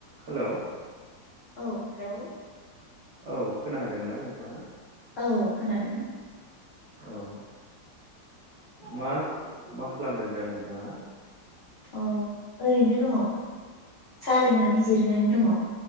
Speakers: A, on the right; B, on the left.
A: हेलौ।
B: ओउ हेलौ।
A: ओउ खोनाहोदोना नोंथाङा।
B: ओउ। खोनादों।
A: ओउ मा मा खालामदों दा नोंथाङा।
B: ओउ ओरैनो दङ साहा लोंनानै जिरायनानै दङ।